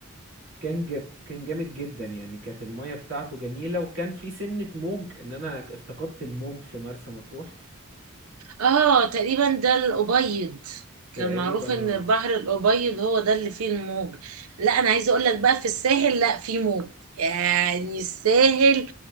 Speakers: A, on the right; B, on the right.
A: كان ج... كان جامد جدا يعني كانت الميه بتاعته جميله وكان في سنه موج ان انا افتقدت الموج في مرسى مطروح
B: اه تقريبا ده الأبيض
A: تقريبا
B: كان معروف ان
A: اه
B: البحر الأبيض هو ده اللي فيه الموج لا انا عايزه اقول لك بقى في الساحل لا فيه موج يعني الساحل